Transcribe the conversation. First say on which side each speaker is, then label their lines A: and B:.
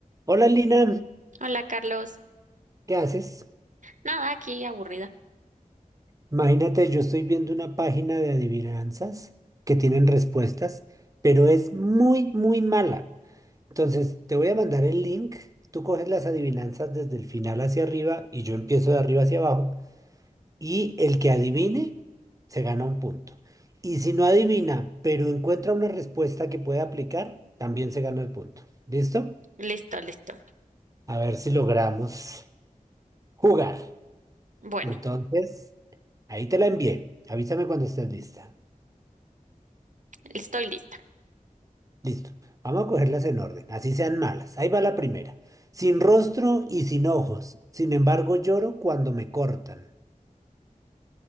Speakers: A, on the right (about 25°); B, on the right (about 65°).
A: Hola Lina,
B: Hola Carlos.
A: ¿qué haces?
B: Nada, aquí aburrida.
A: Imagínate, yo estoy viendo una página de adivinanzas que tienen respuestas, pero es muy, muy mala. Entonces, te voy a mandar el link, tú coges las adivinanzas desde el final hacia arriba y yo empiezo de arriba hacia abajo y el que adivine se gana un punto. Y si no adivina, pero encuentra una respuesta que puede aplicar, también se gana el punto. ¿Listo?
B: Listo, listo.
A: A ver si logramos jugar.
B: Bueno,
A: Entonces... Ahí te la envié. Avísame cuando estés lista.
B: estoy lista.
A: Listo. Vamos a cogerlas en orden, así sean malas. Ahí va la primera. Sin rostro y sin ojos. Sin embargo, lloro cuando me cortan.